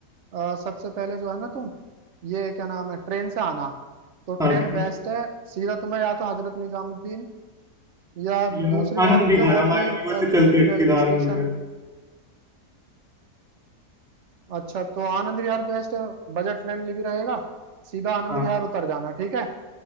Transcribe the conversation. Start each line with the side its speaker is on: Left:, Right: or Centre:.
Right: अ, सबसे पहले जो है ना तुम ये क्या नाम है ट्रेन से आना तो ट्रेन
Centre: हाँ ठीक
Right: बेस्ट है सीधा तुम्हें या तो हजरत निजामुद्दीन या
Centre: या
Right: दूसरी जगह
Centre: आनंद
Right: मतलब
Centre: विहार
Right: और
Centre: हमारे
Right: भी
Centre: रीवा
Right: अ,
Centre: से
Right: न्यू
Centre: चलती
Right: दिल्ली
Centre: है
Right: रेलवे
Centre: सीधा
Right: स्टेशन
Centre: आनंद विहार
Right: अच्छा तो आनंद विहार बेस्ट है बजट फ्रेंडली भी रहेगा सीधा आनंद
Centre: हाँ
Right: विहार उतर जाना ठीक है